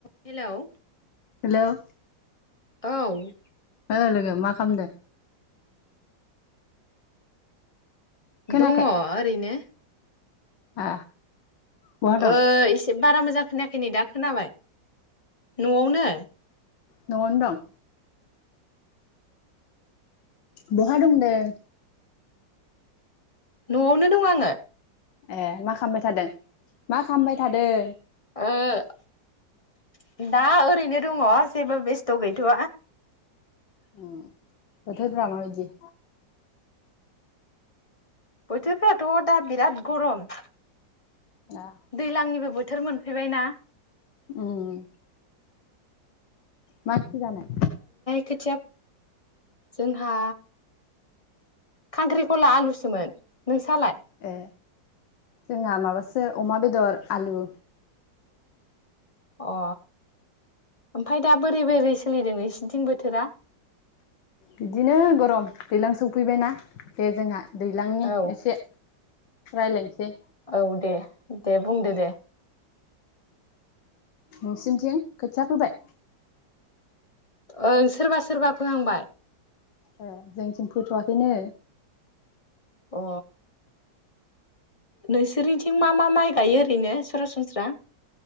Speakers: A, on the left (about 25°); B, on the left (about 75°).
A: Hello
B: hello
A: औ
B: ओ लोगो मा खामदो खोनायाखै
A: दंङो ओरैनो
B: आ बहा दं
A: ओ एसे बारा मोजां खोनाखै नेदा खोनाबाय न'आवनो
B: न'आवनो दं बहा दंदों।
A: न'आवनो दं आंङो
B: ए मा खामबाय थादों मा खामबाय थादों
A: ओ दा ओरैनो दङ जेबो बेस्थ' गैथ' आ
B: उम बोथोरफोरा माबायदि
A: बोथोरफोराथ' दा बिराद गरम
B: दा
A: दैज्लांनिबो बोथो बोथोर मोनफैबाय ना
B: उम मानसि जानाय
A: खोथियाब जोंहा खांख्रिखला आलुसोमोन नोंसालाय?
B: ए जोंहा माबासो अमा बेदर आलु
A: अ ओमफफ्राय दा बोरै बोरै सोलिदों सिदिं बोथोरा
B: बिदिनो गरम दैज्लां सफैबायना बे जोंहा दैज्लांनि
A: औ
B: एसे रायलायसे
A: औ दे दे बुंदो दे
B: नोंसिनिथिं खोथिया फोबाय
A: ओं सोरबा सोरबा फोहांबाय
B: ए जोंथिम फोथ'वाखैनो
A: अ नोंसोरनिथिं मा मा माइ गायो ओरैनो सरासनस्रा